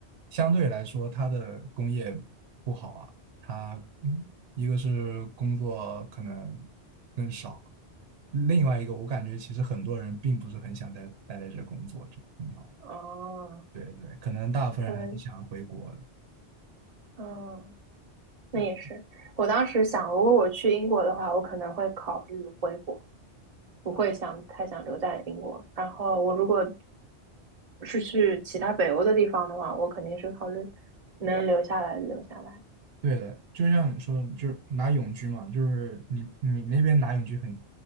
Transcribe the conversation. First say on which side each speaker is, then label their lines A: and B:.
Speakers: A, on the right; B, on the right.
A: 相对来说它的工业不好啊，它嗯一个是工作可能更少，另外一个我感觉其实很多人并不是很想待待在这工作就你知道吗
B: 哦，
A: 对对，可能大部分人还是想回国的。
B: 可能，嗯，那也是。
A: 对。
B: 我当时想，如果我去英国的话，我可能会考虑回国，不会想太想留在英国。然后我如果是去其他北欧的地方的话，我肯定是考虑能留下来留下来。
A: 对的，就像你说，就是拿永居嘛，就是你你那边拿永居很